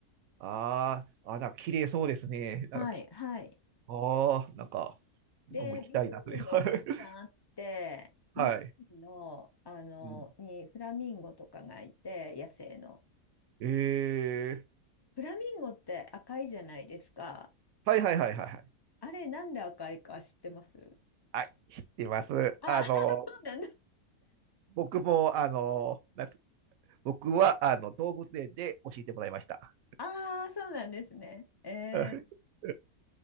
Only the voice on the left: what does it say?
はい、はい。
で、湖もたくさんあって、
湖の、
あの、
にフラミンゴとかがいて、野生の。
フラミンゴって赤いじゃないですか。
あれ、なんで赤いか知ってます
ああー、
そうなんだ。
ああ、そうなんですね。えー、